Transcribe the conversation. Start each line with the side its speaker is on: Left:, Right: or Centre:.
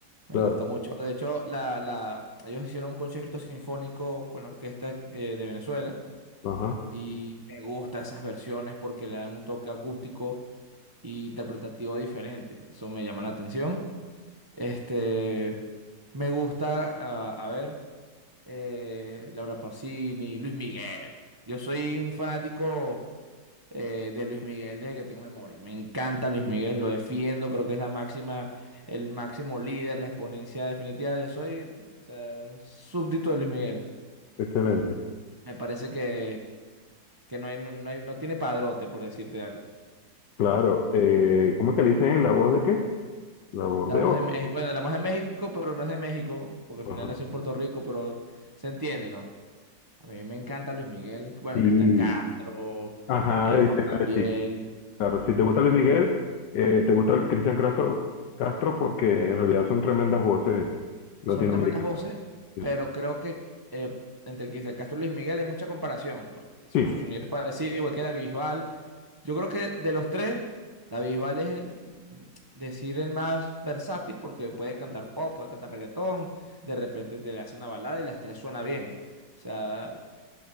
Right: Me
Left: claro,
Right: gusta mucho. De hecho, la, la, ellos hicieron un concierto sinfónico con la orquesta eh, de Venezuela
Left: ajá,
Right: y me gusta esas versiones porque le dan un toque acústico e interpretativo diferente. Eso me llama la atención. Este, me gusta, a, a ver, eh, Laura Pausini, Luis Miguel. Yo soy un fanático eh, de Luis Miguel desde que tengo memoria. Me encanta Luis Miguel, lo defiendo, creo que es la máxima, el máximo líder, la exponencia definitiva. Yo soy, o sea, un súbdito de Luis Miguel.
Left: excelente.
Right: Me parece que, que no hay, no, no hay- no tiene padrote, por decirte algo.
Left: Claro, eh, ¿cómo es que le dicen la voz de qué? La voz
Right: La
Left: de
Right: voz
Left: oro.
Right: de México, bueno, la voz de México, pero no es de México, porque al
Left: Ajá.
Right: final nació en Puerto Rico, pero se entiende, ¿no? A mí me encanta Luis Miguel, bueno,
Left: Sí,
Right: Cristian Castro,
Left: ajá,
Right: eh, Juan
Left: y te iba
Right: Gabriel.
Left: a decir, Claro, si te gusta Luis Miguel, eh, te gusta el Cristian Castro, Castro porque en realidad son tremendas voces latinoamericanas.
Right: son tremendas voces,
Left: Sí,
Right: pero creo que eh, entre Cristian Castro y Luis Miguel hay mucha comparación, porque su,
Left: sí,
Right: su sonido es parecido, igual que David Bisbal. Yo creo que de los tres, David Bisbal es el, mm, decir, el más versátil, porque puede cantar pop, puede cantar reggaetón, de repente te le hace una balada y las tres suena bien. O sea,